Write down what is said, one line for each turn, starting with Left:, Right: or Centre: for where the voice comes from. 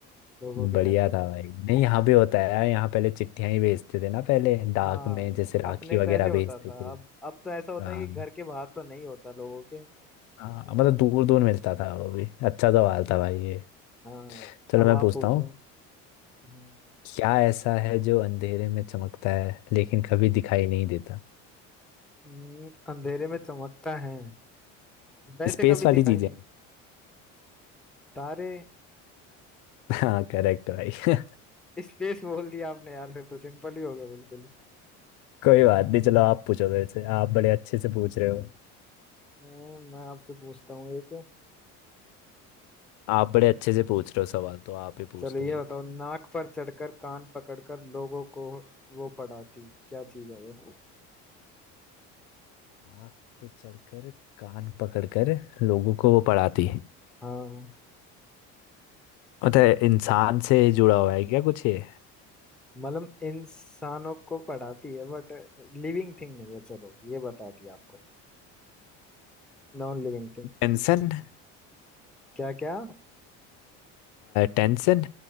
Centre: लोगों के
Left: बढ़िया
Centre: घर के
Left: था
Centre: बाहर
Left: भाई नहीं यहाँ भी होता है यार यहाँ पहले चिट्ठियाँ ही भेजते थे ना पहले डाक
Centre: हाँ
Left: में जैसे राखी
Centre: अपने
Left: वगैरह
Centre: पहले
Left: भेजते
Centre: होता था
Left: थे
Centre: अब अब तो ऐसा होता
Left: हाँ
Centre: है कि घर के बाहर तो नहीं होता लोगों के
Left: हाँ
Centre: हम्म,
Left: मतलब दूर दूर मिलता था वो भी अच्छा सवाल था भाई ये
Centre: हाँ
Left: चलो
Centre: अब
Left: मैं
Centre: आप
Left: पूछता
Centre: पूछो
Left: हूँ
Centre: हम्म,
Left: क्या ऐसा है जो अंधेरे में चमकता है लेकिन कभी दिखाई नहीं देता
Centre: हम्म, अंधेरे में चमकता है वैसे
Left: स्पेस
Centre: कभी दिखाई
Left: वाली चीजें
Centre: नहीं तारे
Left: हाँ करेक्ट भाई <laughs>
Centre: स्पेस बोल दिया आपने यार फिर तो सिंपल ही हो गया बिल्कुल ही।
Left: कोई बात नहीं चलो आप पूछो मेरे से आप बड़े अच्छे से पूछ रहे हो
Centre: हम्म, मैं आपसे पूछता हूँ एक
Left: आप बड़े अच्छे से पूछ रहे हो सवाल तो आप ही पूछ
Centre: चलो ये
Left: लो एक
Centre: बताओ नाक पर चढ़कर कान पकड़कर लोगों को वो पढ़ाती क्या चीज है वो
Left: नाक पे चढ़कर कान पकड़कर लोगों को वो पढ़ाती है
Centre: हाँ
Left: मतलब इंसान से जुड़ा हुआ है क्या कुछ ये
Centre: मतलब इंसानों को पढ़ाती है बट लिविंग थिंग नहीं है चलो ये बताती है आपको नॉन लिविंग थिंग
Left: टेंशन
Centre: क्या क्या
Left: टेंशन